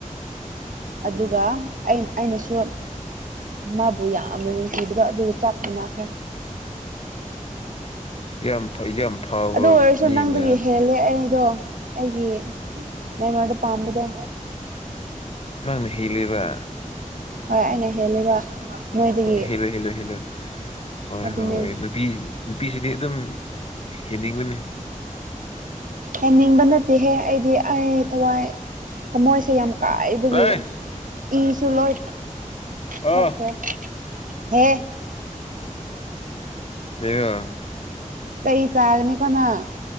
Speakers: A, on the right; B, on the left.
A: ꯑꯗꯨꯒ ꯑꯩꯅꯁꯨ ꯃꯥꯕꯨ ꯌꯥꯝꯅ ꯅꯨꯡꯁꯤꯕꯗ ꯑꯗꯨꯒ ꯆꯞ ꯃꯅꯈ꯭ꯔꯦ
B: ꯌ ꯌꯥꯝ ꯐꯥꯎꯕ
A: ꯑꯗꯨ ꯑꯣꯏꯔꯁꯨ
B: ꯃꯤꯅ
A: ꯅꯪꯗꯨꯒꯤ ꯍꯦꯜꯂꯦ ꯑꯩꯗꯣ ꯑꯩꯒꯤ ꯅ ꯃꯥꯣꯟꯗ ꯄꯥꯝꯕꯗꯣ
B: ꯅꯪ ꯍꯤꯂꯤꯕ
A: ꯍꯣꯏ ꯑꯩꯅ ꯍꯦꯜꯂꯤꯕ ꯅꯣꯏꯗꯒꯤ
B: ꯍꯦꯜꯂꯣ ꯍꯦꯜꯂꯣ ꯍꯦꯜꯂꯣ ꯍꯣꯏ
A: ꯑꯗꯨꯅꯦ
B: ꯍꯣꯏꯣꯏ ꯅꯨꯄꯤ ꯅꯨꯄꯤꯁꯤꯗꯤ ꯑꯗꯨꯝ ꯍꯦꯟꯅꯤꯡꯕꯅꯤ
A: ꯍꯦꯟꯅꯤꯡꯕ ꯅꯠꯇꯦꯍꯦ ꯑꯩꯗꯤ ꯑꯩ ꯊꯋꯥꯏ ꯊꯃꯣꯏꯁꯦ ꯌꯥꯝ ꯀꯥꯏꯕꯒꯤ
B: ꯂꯥꯏ
A: ꯏꯪꯁꯨ ꯂꯣꯏ
B: ꯑꯥ
A: ꯊꯣꯛꯈ꯭ꯔꯦ ꯍꯦ
B: ꯌꯦꯉ
A: ꯆꯍꯤ ꯆꯒꯅꯤ ꯀꯅꯥ